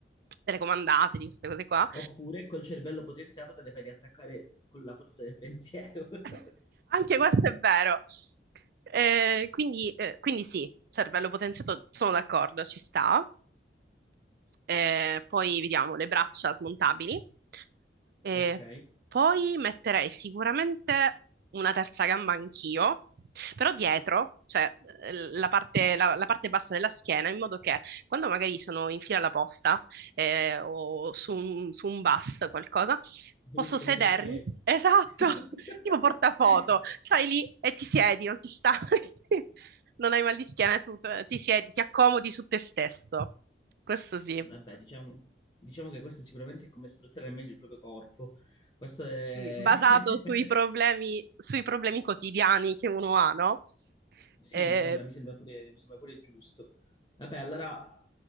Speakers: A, on the right; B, on the left.
A: telecomandate, di queste cose qua,
B: Oppure col cervello potenziato te le fai riattaccare con la forza del pensiero. <laughs>
A: <laughs> Anche questo è vero. Eh, quindi, eh, quindi sì, cervello potenziato, sono d'accordo, ci sta. Eh, poi vediamo le braccia smontabili. E
B: Ok.
A: poi metterei sicuramente una terza gamba anch'io, però dietro, cioè eh, la parte, la- la parte bassa della schiena, in modo che quando magari sono in fila alla posta eh, o su un, su un bus, qualcosa,
B: Lo
A: Posso
B: usi
A: sedermi?
B: come tre piedi.
A: Esatto,
B: <laughs>
A: <laughs> tipo portafoto. Stai lì e ti siedi, non ti stanchi, <laughs> non hai mal di schiena e tutto. Ti siedi, ti accomodi su te stesso. Questo sì.
B: Vabbè, diciamo, diciamo che questo sicuramente è come sfruttare al meglio il proprio corpo. Questo è...
A: Sì, basato
B: <laughs>
A: sui problemi, sui problemi quotidiani che uno ha, no?
B: Sì,
A: Eh,
B: mi sembra, mi sembra pure, mi sembra pure giusto. Vabbè, allora...